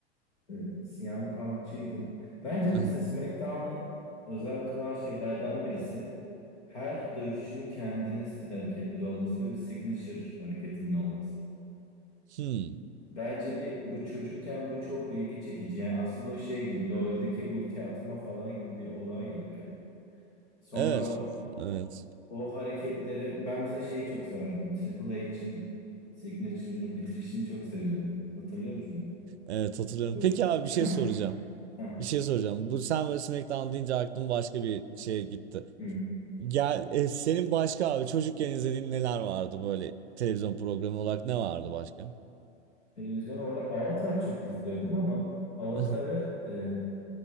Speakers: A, on the left; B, on the right.
A: e, CM Punk'çıydın. Bence
B: Aha.
A: mesela SmackDown'ı özel kılan şeylerden birisi her dövüşçünün kendine stil hareketleri olması ve bir signature hareketinin olması.
B: Hmm.
A: Bence bir bu çocukken bu çok ilgi çekici. Yani aslında o şey gibi LoL'deki ulti atma falan gibi bir olay ya böyle. Sonra
B: Evet.
A: o
B: Evet.
A: o hareketleri ben mesela şeyi çok severdim. Triple H'in signature'ını bitirişini çok seviyordum. Hatırlıyor musun onu?
B: Evet hatırlıyorum.
A: Çok
B: Peki abi bir şey soracağım.
A: <laughs> Ha,
B: Bir şey soracağım. Bu sen böyle SmackDown deyince aklım başka bir şeye gitti.
A: hı.
B: Gel, e, senin başka abi çocukken izlediğin neler vardı böyle televizyon programı olarak ne vardı başka?
A: Televizyon olarak Avatar çok izliyordum ama Avatar'ı
B: Aha.
A: e,